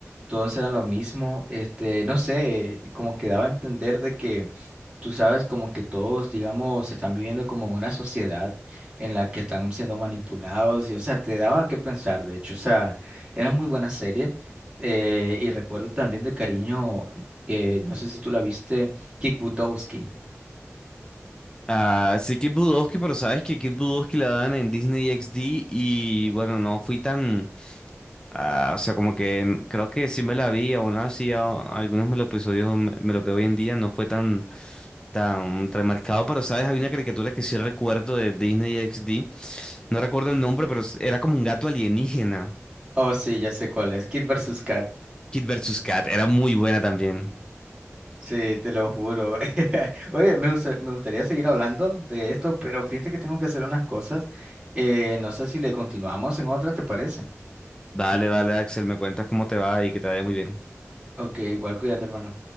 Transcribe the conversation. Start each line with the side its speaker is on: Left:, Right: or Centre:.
Right: todos eran los mismos, este, no sé, como que daba a entender de que tú sabes como que todos, digamos, están viviendo como en una sociedad en la que están siendo manipulados y, o sea, te daba que pensar, de hecho, o sea, era muy buena serie eh, y recuerdo también de cariño, eh, no sé si tú la viste, Kick Butowski.
Left: Ah, sí, Kid Budowski, pero sabes que Kid Budowski la dan en Disney XD y bueno, no fui tan, ah, o sea, como que n- creo que sí me la vi, aún así a- algunos me los episodios me, me los veo hoy en día, no fue tan, tan remarcado, pero sabes, hay una caricatura que sí recuerdo de Disney XD, no recuerdo el nombre, pero s- era como un gato alienígena.
Right: Oh, sí, ya sé cuál es, Kid versus Kat.
Left: Kid versus Cat, era muy buena también.
Right: Sí, te lo juro. <laughs> Oye, me, gusta- me gustaría seguir hablando de esto, pero fíjate que tengo que hacer unas cosas. Eh, no sé si le continuamos en otra, ¿te parece?
Left: Dale, dale, Axel, me cuentas cómo te va y que te vaya muy bien.
Right: Ok, igual cuídate, hermano.